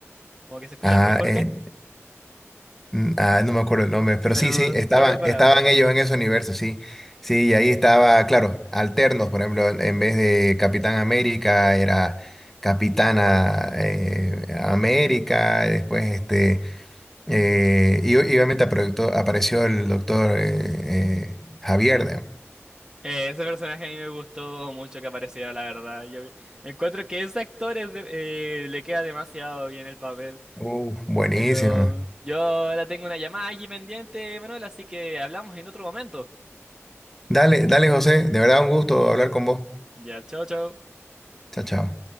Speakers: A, on the right (about 15°); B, in the centre.
A: como que se escuchaba
B: Ah,
A: muy Ah, fuerte.
B: eh, Mm, Ah, no me acuerdo el nombre, pero
A: Pero,
B: sí, sí, estaban,
A: ¿sabes de cuál
B: estaban
A: hablo?
B: ellos en ese universo, sí. Sí, y ahí estaba, claro, alternos, por ejemplo, en, en vez de Capitán América era Capitana eh, América, y después este, eh, y, y obviamente apareció, apareció el doctor eh, eh, Javier, digamos.
A: Eh, ese personaje a mí me gustó mucho que apareciera, la verdad. Yo encuentro que ese actor es de- eh, le queda demasiado bien el papel.
B: Uh, buenísimo.
A: Pero yo ahora tengo una llamada aquí pendiente, Manuel, así que hablamos en otro momento.
B: Dale, dale, José, de verdad un gusto hablar con vos.
A: Ya, chao, chao.
B: Chao, chao.